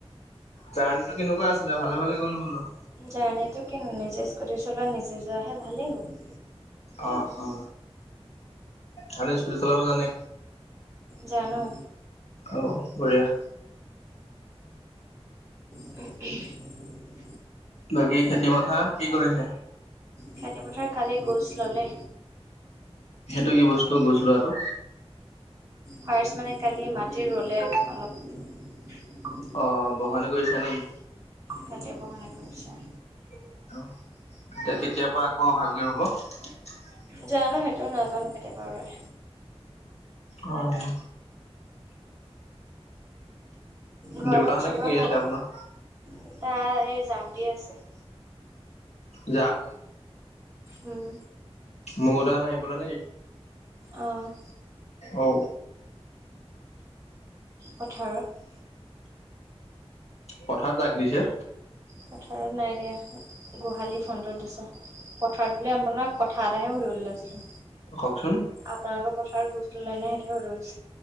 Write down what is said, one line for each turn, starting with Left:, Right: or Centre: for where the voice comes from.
Left: জাৰ্ণিটো কেনেকুৱা আছিলে, ভালে ভালে গ'ল বোলো?
Right: জাৰ্ণীটো কিনো, নিজে স্কুটি চলোৱা নিজে যোৱাহে ভালেই হ'ল।
Left: অ', অ'। আপুনি স্কুটি চলাব জানে?
Right: জানোঁ।
Left: অ' বঢ়িয়া।
Right: <inaudible>
Left: বাকী খেতি পথাৰ, কি কৰিছে?
Right: খেতিপথাৰত কালি গোছ ল'লে।
Left: সেইটো কি বস্তু, গুজ লোৱাটো
Right: ফাৰ্ষট মানে কালি মাটি ৰুলে, অলপ।
Left: অ', বহনি কৰিছা নে কি?
Right: কালিয়পা বহনি কৰিছে।
Left: অ', এতিয়া কেতিয়াৰ পৰা আকৌ ভালকে ৰুব?
Right: জানোঁ, সেইটোও নাজানো কেতিয়া পা ৰুৱে।
Left: অ'।
Right: ঘৰত
Left: দেউতাহঁতে
Right: চবৰে
Left: কি কৰি
Right: ভাল,
Left: আছে আপোনাৰ?
Right: দেতা এই জাক দি আছে।
Left: যাক
Right: উম।
Left: মহ-দাহ নাহিবলৈ নে কি?
Right: অ'।
Left: ঔ।
Right: পথাৰত।
Left: পথাৰত জাক দিছে?
Right: পথাৰত নাই দিয়া, গোহালিৰ ফ্ৰণ্টত দিছে। পথাৰত বুলি আপোনাক কথা এটাহে সুধিব লৈছিলো,
Left: কওকচোন।
Right: আপোনালোকৰ পথাৰত গ ে হলিছ